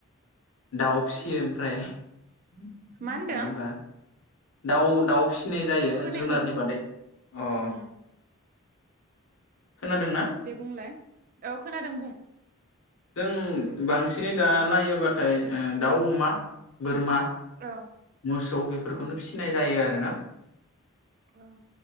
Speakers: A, on the left; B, on the right.
A: दाउ फिसियो ओमफ्राय नङा
B: मा होनदों
A: होमबा? दाउ दाउ फि नाय जायो
B: खोनायाखै
A: जुनारनि
B: बुंफिन
A: बादै अ
B: ओं
A: खोनादोंना
B: दे बुंलाय औ खोनादों बुं
A: जों बांसिनै दा नायोब्लाथाय ओ दाउ, अमा, बोरमा
B: औ
A: मोसौ बेफोरखौनो
B: औ
A: फिसिनाय जायो आरो । <unintelligible>
B: अ